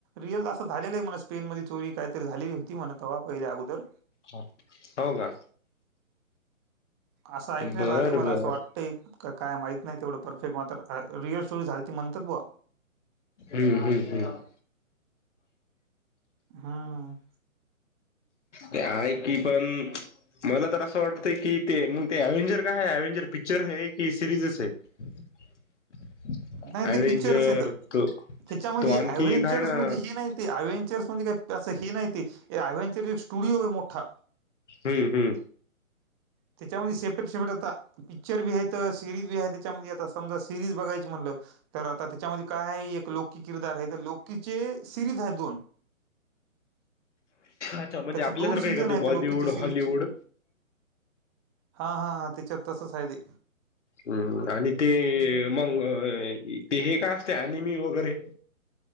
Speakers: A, on the right; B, on the left.
A: रिअल असं झालेलं आहे म्हणा स्पेन मध्ये चोरी काहीतरी झालेली होती म्हना तवा पहिले अगोदर
B: हा हो का.
A: असं ऐकण्यात
B: बर
A: आले मला
B: बर
A: असं वाट ट येत काय माहीत नाही तेवढं परफेक्ट मात्र रिअल स्टोरी झालती म्हणतात बॉ.
B: हम्म हम्म हम्म.
A: हम्म.
B: ते आहे की पण मला तर असं वाटतंय की ते मग ते अव्हेंजर काय आहे अव्हेंजर पिक्चर आहे की सिरीजच आहे. <inaudible>
A: नाही ते
B: अव्हेंजर
A: पिक्चरच आहेत
B: तो
A: तेच्यामध्ये
B: तो आणखी
A: अवेंचर्स
B: एक आहे ना
A: मधी
B: हम्म
A: ही नाहीत ते अव्हेंनचर म्हणजे काही असं हे नाही ते अव्हेंचर एक स्टुडिओ आहे मोठा.
B: हम्म हम्म.
A: त्याच्यामध्ये सेपरेट सेपरेट आता पिक्चर बी आहेत. सिरीज बी आहे त्याच्यामध्ये आता समजा सिरीज बघायची म्हणलं तर आता त्याच्यामध्यी काय एक लोककी किरदार आहे तर लोकीचे सिरीज आहेत दोन
B: अच्छा म्हणजे
A: त्याचे
B: आपल्यासारखं
A: दोन सीझन
B: आहे का ते
A: आहेत
B: बॉलिवूड
A: लोकीची सिरीजची.
B: हॉलिवूड?
A: हा हा हा त्याच्यात तसच आहे ते.
B: हम्म आणि ते मग ते हे का असते ॲनिमी वगैरे?